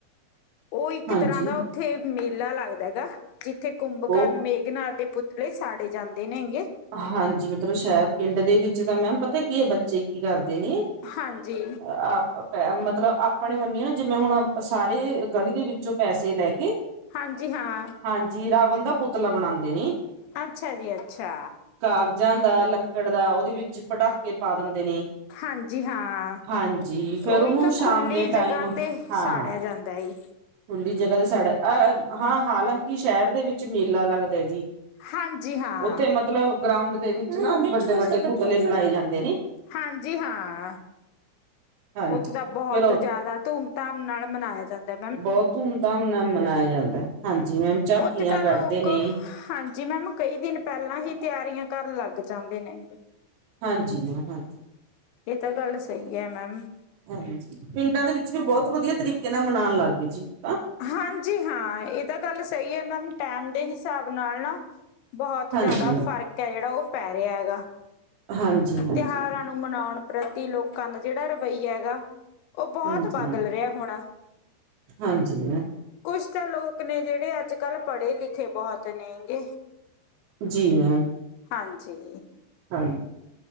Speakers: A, on the left (about 80°); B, on the right (about 85°).
A: ਉਹ ਇਕ
B: ਹਾਂਜੀ
A: ਤਰ੍ਹਾਂ ਦਾ ਉਥੇ ਮੇਲਾ ਲਗਦਾ ਹੈਗਾ, ਜਿਥੇ ਕੁੰਭਕਰਨ
B: ਬਹੁਤ
A: ਮੇਘਨਾਥ ਦੇ ਪੁਤਲੇ ਸਾਡੇ ਜਾਦੇ ਨੇ ਗੇ।
B: ਹਾਂਜੀ, ਮਤਲਬ ਸ਼ਾਇਦ ਪਿੰਡ ਦੇ ਵਿਚ ਤਾਂ ਮੈਮ ਪਤਾ ਕੀ ਹੈ, ਬੱਚ <unintelligible>
A: ਹਾਂਜੀ।
B: ਮਤਲਬ, ਆਪਣੇ ਬੰਨੀਏ ਨਾ ਜਿਵੇ ਹੁਣ ਸਾਰੇ ਗਲੀ ਦੇ ਵਿਚੋਂ ਪੈਸੇ ਲੈ ਕੇ
A: ਹਾਂਜੀ, ਹਾਂ।
B: ਹਾਂਜੀ, ਰਾਵਣ ਦਾ ਪੁਤਲਾ ਬਣਾਉਦੇ ਨੇ‌।
A: ਅਛਾ ਜੀ ਅਛਾ।
B: ਕਾਗਜ਼ਾਂ ਦਾ ਲੱਕੜ ਦਾ ਉਹਦੇ ਵਿਚ ਪਟਾਕੇ ਪਾ ਦਿਦੇ ਨੇ।
A: ਹਾਂਜੀ ਹਾਂ।
B: ਹਾਂਜੀ, ਫੇਰ
A: ਉਹ
B: ਉਹਨੂੰ
A: ਇੱਕ
B: ਸ਼ਾਮ
A: ਖੁੱਲੀ
B: ਦੇ
A: ਜਗ੍ਹਾ
B: ਟਾਈਮ
A: ਤੇ
B: ਹਾਂ।
A: ਸਾੜਿਆ ਜਾਂਦਾ ਏ
B: ਖੁੱਲੀ ਜਗ੍ਹਾ ਤੇ ਸਾਡੇ ਹਾਂ, ਹਾਲਾਂਕਿ ਸ਼ਹਿਰ ਦੇ ਵਿਚ ਮੇਲਾ ਲਗਦਾ ਜੀ।
A: ਹਾਂਜੀ ਹਾਂ
B: ਉਥੇ ਮਤਲਬ ਗਰਾਉਡ ਦੇ ਵਿਚ ਨਾ ਵੱਡੇ- ਵੱਡੇ ਪੁਤਲੇ ਬਣਾਏ ਜਾਦੇ ਨੇ।
A: ਹਾਂਜੀ, ਹਾਂ।
B: ਹਾਂਜੀ
A: ਉਥੇ ਤਾਂ ਬਹੁਤ
B: ਫੇਰ
A: ਜਿਆਦਾ ਧੂਮ-ਧਾਮ ਨਾਲ ਮਨਾਇਆ ਜਾਦਾ। <inaudible>
B: ਬਹੁਤ ਧੂਮ-ਧਾਮ ਨਾਲ ਮਨਾਇਆ ਜਾਂਦਾ ਹਾਂਜੀ ਮੈਮ ਝਾਕੀਆਂ
A: ਉਥੇ ਤਾਂ
B: ਕੱਢਦੇ
A: ਲੋਕ
B: ਨੇ
A: ਹਾਂਜੀ। ਜੀ ਮੈਮ ਕਈ ਦਿਨ ਪਹਿਲਾਂ ਹੀ ਤਿਆਰੀਆਂ ਕਰਨ ਲੱਗ ਜਾਂਦੇ ਨੇ।
B: ਹਾਂਜੀ, ਮੈਮ ਹਾਂਜੀ।
A: ਇਹ ਤਾਂ ਗੱਲ ਸਹੀ ਹੈ, ਮੈਮ।
B: ਹਾਂਜੀ, ਪਿੰਡਾਂ ਦੇ ਵਿੱਚ ਵੀ ਬਹੁਤ ਵਧੀਆ ਤਰੀਕੇ ਨਾਲ ਮਨਾਣ ਲੱਗ ਗਏ ਜੀ, ਹੁਣ ਤਾਂ।
A: ਹਾਂਜੀ, ਹਾਂ ਇਹ ਤਾਂ ਗੱਲ ਸਹੀ ਹੈ ਮੈਮ ਟੈਮ ਦੇ ਹਿਸਾਬ ਨਾਲ ਨਾ ਬਹੁਤ
B: ਹਾਂਜੀ
A: ਜਿਆਦਾ ਫ਼ਰਕ ਹੈ, ਜਿਹੜਾ ਉਹ ਪੈ ਰਿਹਾ ਹੈਗਾ।
B: ਹਾਂਜੀ-ਹਾਂਜੀ।
A: ਤਿਉਹਾਰਾਂ ਨੂੰ ਮਨਾਉਣ ਪ੍ਰਤੀ ਲੋਕਾਂ ਦਾ ਜਿਹੜਾ ਰਵੱਈਆ ਹੈਗਾ ਉਹ ਬਹੁਤ
B: ਹਾਂਜੀ
A: ਬਦਲ ਰਿਹਾ ਹੁਣ।
B: ਹਾਂਜੀ, ਮੈਮ।
A: ਕੁਛ ਤਾਂ ਲੋਕ ਨੇ ਜਿਹੜੇ ਅੱਜ ਕੱਲ੍ਹ ਪੜ੍ਹੇ ਲਿਖੇ ਬਹੁਤ ਨੇਗੇ।
B: ਜੀ ਮੈਮ।
A: ਹਾਂਜੀ।
B: ਹਾਂ।